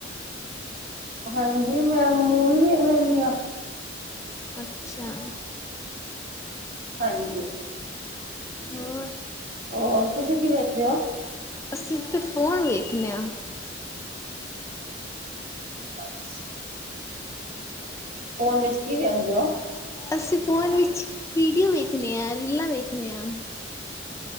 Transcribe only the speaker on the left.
ਅੱਛਾ।
ਹੋਰ?
ਅਸੀਂ ਤੇ ਫੋਨ ਵੇਖਦੇ ਆ।
ਅਸੀਂ ਫੋਨ ਵਿੱਚ ਵੀਡੀਓ ਵੇਖਣੇ ਆ, ਰੀਲਾਂ ਵੇਖਣੇ ਆ।